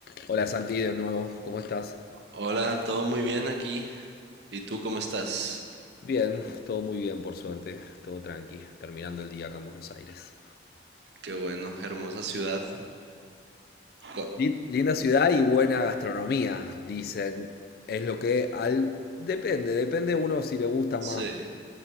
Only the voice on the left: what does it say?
Hola Santi, de nuevo, ¿cómo estás?
Bien, todo muy bien por suerte, todo tranqui, terminando el día acá en Buenos Aires.
Lin- Linda ciudad y buena gastronomía, dicen. Es lo que al... Depende, depende uno si le gusta más